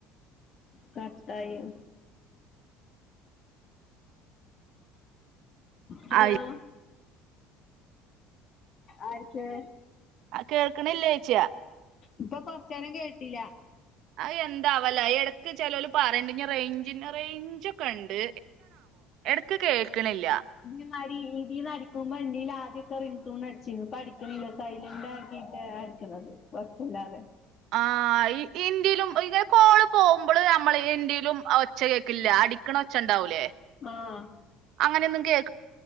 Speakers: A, on the left; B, on the right.
A: കാട്ടായൊ ഹലോ
B: അയ്
A: ആര്ക്ക്
B: ആ കേൾക്ക്ണില്ലേ ചോയ്ച്ചാ
A: ഇപ്പൊ കുറച്ച്നേരം കേട്ടില
B: അയ് എന്താവോലേ എടക്ക് ചെലോൽ പറയിണ്ട് നിറേഞ്ചിന്റെ റേഞ്ച് ഒക്കെ ഇണ്ട് എടക്ക് കേൾക്ക്ണില്ല
A: ഇതേമാരി ഇൻന്റീന്ന് അടിക്കുബോ ഇൻന്റീല് ആദ്യൊക്കെ റിങ്ടോൺ അടിച്ചീനു ഇപ്പോ അടിക്ണില്ല സൈലന്റ് ആകീട്ട് ക്ക്ണത് ഒച്ചഇല്ലാതെ
B: ആ ഇ ഇന്റീലും ഇതേ കോള് പോ വ്മ്പള് നമ്മള് ഇന്റീലും ഒച്ച കേൾക്കില്ല അടിക്കണ ഒച്ച ഉണ്ടാവൂലേ
A: ആഹ്
B: അങ്ങനൊന്നും കേൾ